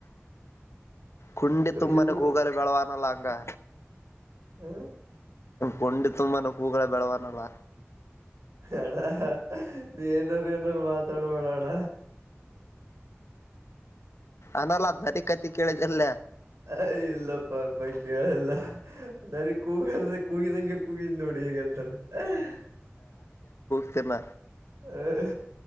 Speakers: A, on the left (about 65°); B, on the right (about 80°).
A: ಕುಂಡಿ ತುಂಬನೆ
B: ಇದು
A: ಕೂಗಲು ಬೆಳವಾನಲ್ಲ <unintelligible> ಗಾ
B: ಹ್ಮ
A: ಕೊಂಡಿ ತುಂಬಾನ ಹೂಗಳ ಬೆಳವಾನಲ್ಲ
B: ಅಣ್ಣ ನೀ ಏನಾರ ಏನಾರ ಮಾತಾಡಬೋಣ ಅಣ್ಣ
A: ಅನ್ನ ಲದನ ರೀ ಕತಿ ಕೇಳ ಚಲ್ಲ
B: ಅ ಇಲ್ಲಪ್ಪಪ್ಪ ಕೇಳಲ್ಲ ನರಿ ಕೂಗಲ್ ಕೂಗಿದಂಗೆ ಕೂಗಿದ ನೋಡಿ ೀಗ ಧರ <unintelligible>
A: ಲ್ಲ
B: ಹ